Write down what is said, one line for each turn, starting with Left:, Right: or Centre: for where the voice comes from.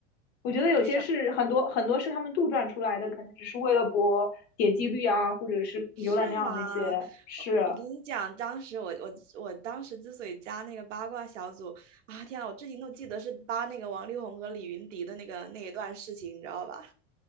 Left: 我觉得有些是很多很多是他们杜撰出来的，
Right: 是
Left: 可能只是为了博点击率啊，或者是浏览量那些是。
Right: 是吗？我我跟你讲，当时我我我当时之所以加那个八卦小组啊，天啊，我至今都记得是扒那个王力宏和李云迪的那个那一段事情，你知道吧？